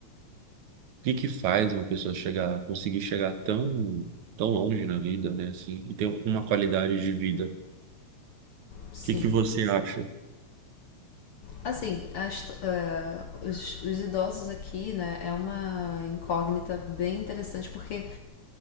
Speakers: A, on the right; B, on the left.
A: que que faz uma pessoa chegar, conseguir chegar tão tão longe na vida, né? Assim, e ter uma qualidade de vida. O
B: Sim.
A: que que você acha?
B: Assim, as to- ah, os, os idosos aqui, né, é uma incógnita bem interessante porque